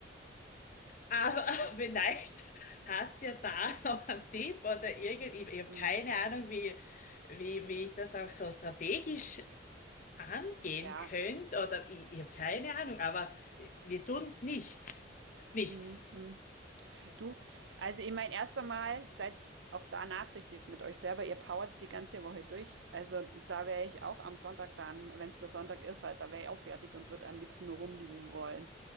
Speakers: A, on the left (about 45°); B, on the right (about 80°).
A: Aber <laughs> vielleicht hast ja da <laughs> noch einen Tipp oder irgend, ich, ich habe
B: Mhm.
A: keine Ahnung, wie, wie, wie ich das auch so strategisch angehen
B: Ja.
A: könnte oder ich, ich habe keine Ahnung, aber wir tun nichts. Nichts.
B: Mhm, mhm. Du, also ich meine, erst einmal seid auch da nachsichtig mit euch selber. Ihr powert's die ganze Woche durch. Also da wäre ich auch am Sonntag dann, wenn es der Sonntag ist, halt, da wäre ich auch fertig und würde am liebsten nur rumliegen wollen.